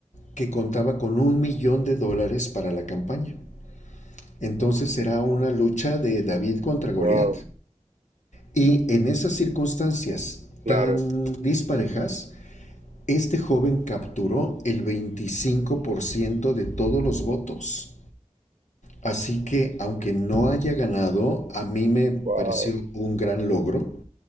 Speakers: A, on the left (about 80°); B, on the right (about 80°).
A: que contaba con un millón de dólares para la campaña. Entonces era una lucha de David contra Goliat.
B: wow,
A: Y en esas circunstancias
B: claro,
A: tan disparejas, este joven capturó el 25% de todos los votos. Así que aunque no haya ganado, a mí me pareció
B: wow,
A: un gran logro